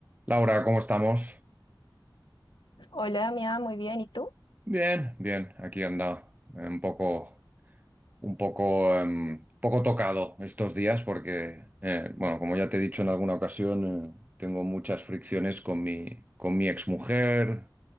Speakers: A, on the right (about 20°); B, on the left (about 75°).
A: Laura, ¿cómo estamos?
B: Hola, Damián, muy bien. ¿Y tú?
A: Bien, bien, aquí anda. Eh, Un poco, un poco, em, poco tocado estos días porque, eh, bueno, como ya te he dicho en alguna ocasión, eh, tengo muchas fricciones con mi, con mi exmujer